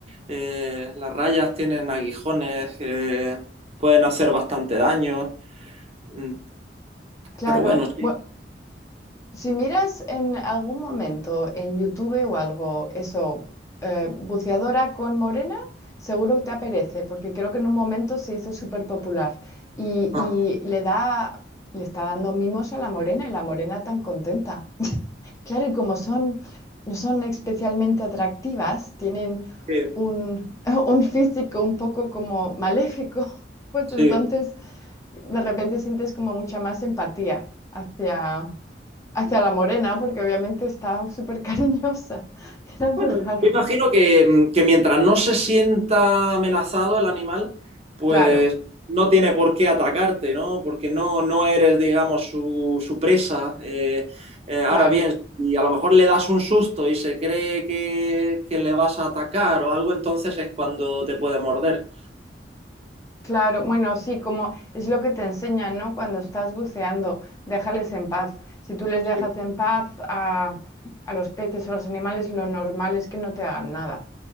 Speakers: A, on the right (about 35°); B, on the left (about 15°).
A: eh, las rayas tienen aguijones, que pueden hacer bastante daño, Mm,
B: Claro,
A: pero bueno,
B: bueno, Si miras en algún momento en YouTube o algo, eso, eh, buceadora con morena, seguro que te aparece, porque creo que en un momento se hizo súper popular y,
A: ah,
B: y le da, le está dando mimos a la morena y la morena tan contenta. Claro, y como son, no son especialmente atractivas, tienen
A: sí,
B: un, <laughs> un físico un poco como maléfico, pues
A: sí.
B: entonces de repente sientes como mucha más empatía hacia hacia la morena, porque obviamente estaba súper cariñosa. <laughs> Era muy
A: Bueno,
B: raro.
A: yo imagino que, que mientras no se sienta amenazado el animal, pues
B: Claro,
A: no tiene por qué atacarte, ¿no? Porque no, no eres, digamos, su, su presa. Eh, eh, ahora
B: claro,
A: bien, si a lo mejor le das un susto y se cree que, que le vas a atacar o algo, entonces es cuando te puede morder.
B: claro. Bueno, sí, como es lo que te enseñan, ¿no? Cuando estás buceando, déjales en paz. Si tú les dejas
A: Sí.
B: en paz a, a los peces o los animales, lo normal es que no te hagan nada.